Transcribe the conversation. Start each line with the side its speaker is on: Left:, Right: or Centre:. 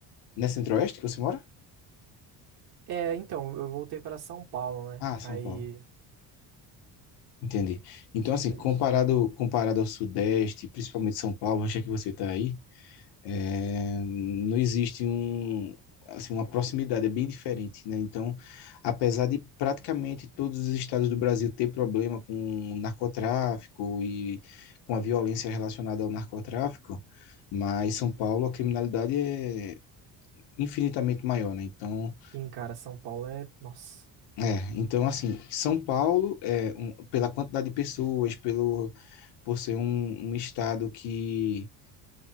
Left: não é centro-oeste que você mora?
Right: É, então, eu voltei para São Paulo, né?
Left: Ah, São
Right: Aí,
Left: Paulo. Entendi. Então,
Right: Sudeste.
Left: assim, comparado, comparado ao Sudeste, principalmente São Paulo, onde é que você está aí? É, não existe um, assim, uma proximidade, é bem diferente, né? Então, apesar de praticamente todos os estados do Brasil ter problema com o narcotráfico e com a violência relacionada ao narcotráfico, mas São Paulo a criminalidade é infinitamente maior, né? Então,
Right: Sim, cara, São Paulo é. Nossa.
Left: é, então assim, São Paulo é um- pela quantidade de pessoas, pelo por ser um, um estado que